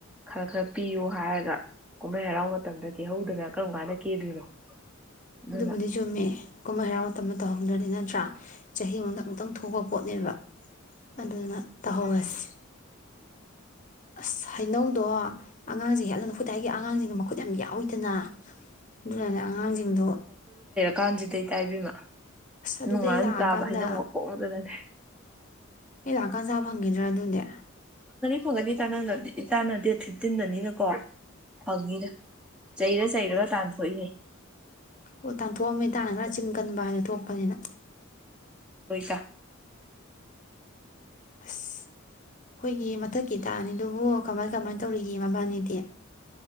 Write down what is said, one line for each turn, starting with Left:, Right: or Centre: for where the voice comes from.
Centre: ꯈꯔ ꯈꯔ ꯄꯤꯌꯨ ꯍꯥꯏꯔꯒ ꯀꯨꯝꯍꯩ ꯍꯔꯥꯎ ꯃꯇꯝꯗ ꯀꯦꯍꯧꯗꯅ ꯀꯔꯝ ꯀꯥꯟꯗ ꯀꯦꯗꯣꯏꯅꯣ ꯑꯗꯨꯅ
Left: ꯑꯗꯨꯕꯨꯅꯤ ꯆꯨꯝꯃꯦ ꯀꯨꯝꯍꯩ ꯍꯩꯔꯥꯎ ꯃꯇꯝꯗ ꯇꯧꯍꯧꯗ꯭ꯔꯗꯤ ꯅꯠꯇ꯭ꯔꯥ ꯆꯍꯤꯃꯨꯗ ꯑꯃꯨꯛꯇꯪ ꯊꯣꯛꯄ ꯄꯣꯠꯅꯦꯕ ꯑꯗꯨꯅ ꯇꯧꯍꯧꯔꯁꯤ ꯑꯁ ꯍꯩꯅꯧꯗꯣ ꯑꯉꯥꯡꯁꯤꯡ ꯍꯠꯂꯅꯨ ꯈꯨꯗꯥꯏꯒꯤ ꯑꯉꯥꯡꯁꯤꯡꯅ ꯃꯈꯨꯠ ꯌꯥꯝ ꯌꯥꯎꯋꯤꯗꯅ ꯑꯗꯨꯗꯅꯦ ꯑꯉꯥꯡꯁꯤꯡꯗꯨ
Centre: ꯀꯥꯟꯁꯤꯗꯩ ꯇꯥꯏꯕꯤꯃ
Left: ꯑꯗꯨꯗꯤ
Centre: ꯅꯨꯡꯉꯥꯏꯅ
Left: ꯑꯩ ꯂꯥꯛꯑꯀꯥꯟꯗ
Centre: ꯇꯥꯕ ꯍꯥꯏꯩꯅ ꯀꯣꯛꯉꯗꯗꯅꯦ
Left: ꯍ ꯂꯥꯛ ꯀꯥꯟꯖꯥ ꯐꯪꯈꯤꯗ꯭ꯔꯥ ꯑꯗꯨꯅꯦ
Centre: ꯐꯒꯅꯤ ꯇ ꯅꯪꯗ ꯏꯇꯥꯅ ꯗꯦꯠ ꯐꯤꯐꯇꯤꯟꯗꯅꯤꯅꯀꯣ ꯐꯪꯅꯤꯗ ꯆꯩꯔ ꯆꯩꯔꯒ ꯇꯥꯟꯊꯣꯛꯏꯅꯦ
Left: ꯑꯣ ꯇꯥꯟꯊꯣꯛꯑꯝꯃꯦ ꯇꯥꯟꯅ ꯈꯔ ꯆꯤꯟ ꯀꯟꯕ ꯍꯥꯏꯅ ꯊꯣꯛꯄꯅꯤꯅ
Centre: ꯄꯩꯁꯥ
Left: ꯑꯁ ꯑꯩꯈꯣꯏꯒꯤ ꯃꯊꯛꯀꯤ ꯇꯥꯛꯅꯤ ꯑꯗꯨꯕꯨ ꯀꯃꯥꯏ ꯀꯃꯥꯏ ꯇꯧꯔꯤꯒꯦ ꯃꯕꯥꯅꯤꯗꯤ